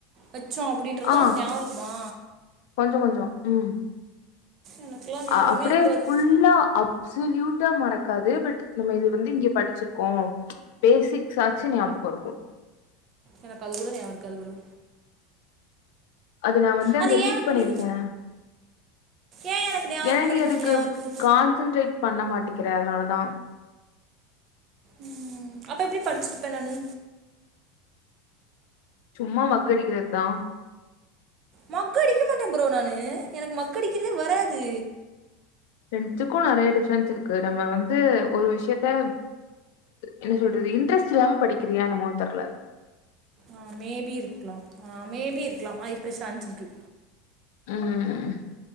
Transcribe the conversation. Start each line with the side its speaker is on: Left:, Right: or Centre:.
Right: வச்சோம் அப்படின்றதுலாம்
Left: ஆ
Right: ஞாபகம் இருக்குமா
Left: கொஞ்சம் கொஞ்சம் ம்
Right: எனக்குலாம் ஞாபகமே
Left: அ அப்டியே
Right: இருக்காது
Left: ஃபுல்லா அ சுல்யூட்டா மறக்காது பட் நம்ம இது வந்து இங்க படிச்சிருக்கோம் பேசிக்ஸ்ஸாச்சும் ஞாபகம் இருக்கும்
Right: எனக்கு அது கூட நியாபகம் இருக்காது ப்ரோ
Left: அது நான் வந்து
Right: அது
Left: அங்க ரீட்
Right: ஏன் அப்படி
Left: பண்ணிருக்கேன்
Right: ஏன் எனக்கு ஞாபகம்
Left: ஏன்னா
Right: இருக்க மாட்டேங்க
Left: நீ அதுக்கு
Right: உனக்கு ஞாபகம் இருக்கு
Left: கான்சன்ட்ரேட் பண்ண மாட்டேக்கிற அதனாலதான்
Right: ம் அப்ப எப்டி படிச்சிருப்பேன் நானு
Left: சும்மா மக் அடிக்கிறது தான்
Right: மக்க அடிக்க மாட்டேன் ப்ரோ நானு எனக்கு மக்க அடிக்கிறதே வராது
Left: ரெண்டுத்துக்கும் நிறைய டிஃப்ரென்ஸ் இருக்கு நம்ம வந்து ஒரு விஷயத்த என்ன சொல்றது இன்ட்ரெஸ்ட் இல்லாம படிக்கிறியா என்னமோ தெர்ல
Right: ஆ மேபி இருக்கலாம் ஆ மேபி இருக்கலாம் ஆ இருக்க சான்ஸ் இருக்கு
Left: ம் ம்